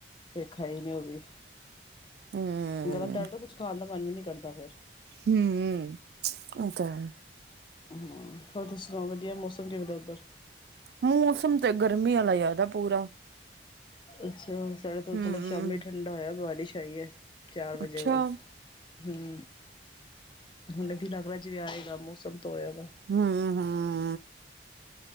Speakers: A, on the left; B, on the right.
A: ਫੇਰ ਖਾਈ ਨੀ ਉਹ ਵੀ,
B: ਹਮ
A: ਗਲਾ ਦਰਦ ਕੁਛ ਖਾਣ ਦਾ ਮਨ ਵੀ ਨੀ ਕਰਦਾ ਫੇਰ।
B: ਹਮ, ਇਹ ਤਾਂ ਹੈ।
A: ਹਮ, ਹੋਰ ਦੱਸੋ? ਵਧੀਆ, ਮੌਸਮ ਕਿਵੇਂ ਦਾ ਉੱਧਰ।
B: ਮੌਸਮ ਤੇ ਗਰਮੀ ਵਾਲਾ ਹੈਗਾ ਪੂਰਾ।
A: ਅੱਛਾ, ਸਾਡੇ ਤੋਂ
B: ਹੂੰ,
A: ਥੋੜ੍ਹਾ ਸ਼ਾਮੀ ਠੰਡਾ ਹੋਇਆ, ਬਾਰਿਸ਼ ਆਈ ਏ। ਚਾਰ ਵਜੇਲ,
B: ਅੱਛਾ।
A: ਹੂੰ। ਹੁਣ ਵੀ ਲੱਗਦਾ ਜਿਵੇਂ ਆਏਗਾ, ਮੌਸਮ ਤੋਂ ਹੋਇਆ ਵਾ।
B: ਹਮ-ਹਮ।